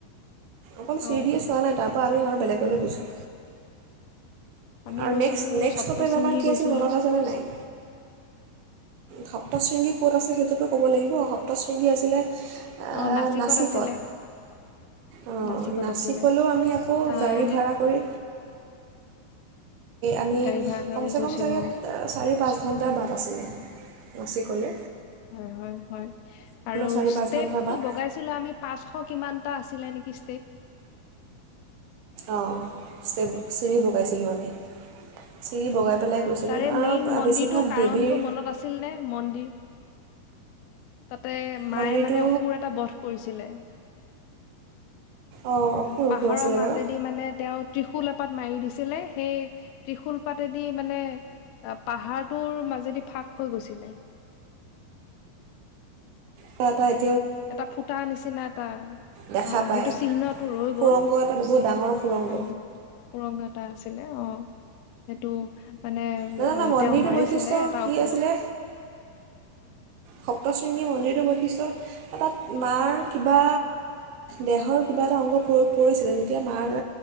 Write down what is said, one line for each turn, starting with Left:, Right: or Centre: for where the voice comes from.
Right: অকল
Left: অ
Right: শ্ৰীদিয়ে চোৱা নাই তাৰপা আমি আৰু বেলেগলৈ গৈছোঁ।
Left: আমি
Right: আৰু
Left: গৈছিলো
Right: নেক্সট- নেক্সট
Left: সপ্তশৃংগী
Right: ষ্টপেজ আমাৰ কি
Left: গৈছিলো
Right: আছিল মনত আছেনে নাই? খাপ। সপ্তশৃংগী ক'ত আছে সেইটোতো ক'ব লাগিব সপ্তশৃংগী আছিলে অহ
Left: অ
Right: ', নাচিকত
Left: আছিলে
Right: অ',
Left: নাচিকত
Right: নাচিকলৈও
Left: আছিলে
Right: আমি আকৌ
Left: আহ
Right: গাড়ী ভাড়া কৰি, আমি
Left: গাড়ী ভাড়া কৰি
Right: কমচে-
Left: গৈছিলো
Right: কম চাগে চাৰি -পাঁচ ঘণ্টাৰ বাট আছিলে। নাচিকলে।
Left: হয় ',- হয়', - হয় আৰু
Right: চাৰি
Left: ষ্টেপটো
Right: পাঁচ ঘণ্টাৰ বাট
Left: বগাইছিলো আমি পাচঁশ কিমানটা আছিল, চিলে নেকি ষ্টেপ।
Right: অ, 'চেৰি বগাইছিলোঁ আমি। চিৰি বগাই
Left: অ',
Right: পেলাই গৈছিলোঁ
Left: তাৰে
Right: আৰু
Left: মেইন মন্দিৰটো
Right: বেছিভাগ
Left: কাৰণটো
Right: দেৱীৰ
Left: মনত আছিল নে? মন্দিৰ, তাতে মায়ে
Right: মন্দিৰটো
Left: মানে অসুৰ এটা বধ কৰিছিলে।
Right: অঁ অসুৰ
Left: পাহৰৰ
Right: অসুৰ আছিলে
Left: মাজেদি
Right: বাৰু
Left: মানে তেওঁ ত্ৰিশূল, পাত মাৰি দিছিলে সেই ত্ৰিশুল পাতেদি মানে পাহাৰটোৰ মাজেদি ফাঁক হৈ গৈছিলে।
Right: ক তই
Left: এটা ফুটা নিচিনা এটা
Right: দেখা
Left: অহ
Right: পায়
Left: সেইটো চিহ্নটো ৰৈ
Right: সুৰংগ
Left: গল
Right: এটা বহুত ডাঙৰ সুৰংগ
Left: অহ সুৰংগ এটা আছিলে অহ সেইটো মানে
Right: নাজানো মন্দিৰটোৰ
Left: তেওঁ মাৰিছিলে
Right: বৈশিষ্ট্য
Left: এটা
Right: কি
Left: অসুৰক
Right: আছিলে সপ্তশৃংগী মন্দিৰটো বৈশিষ্ট তাত মাৰ কিবা দেহৰ কিবা এটা অংগ পৰিছিলে যেতিয়া মাৰ